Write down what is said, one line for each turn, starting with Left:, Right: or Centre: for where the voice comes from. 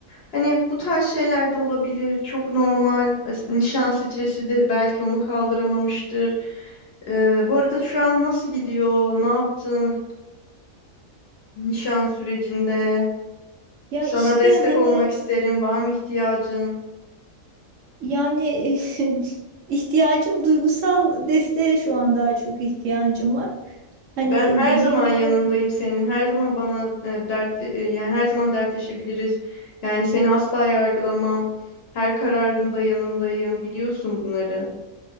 Left: Hani bu tarz şeyler de olabilir. Çok normal. e, Nişan stresidir. Belki onu kaldıramamıştır. E, bu arada şu an nasıl gidiyor? Ne yaptın? Nişan sürecinde.
Right: ya
Left: Sana
Right: işte
Left: destek
Right: hani
Left: olmak isterim. Var mı ihtiyacın?
Right: yani <laughs> ihtiyacım duygusal desteğe şu an daha çok ihtiyacım var. Hani
Left: Ben her
Right: dediğim
Left: zaman
Right: gibi
Left: yanındayım senin. Her zaman bana e, dertli e, yani her zaman dertleşebiliriz. Yani seni asla yargılamam. Her kararında yanındayım. Biliyorsun bunları.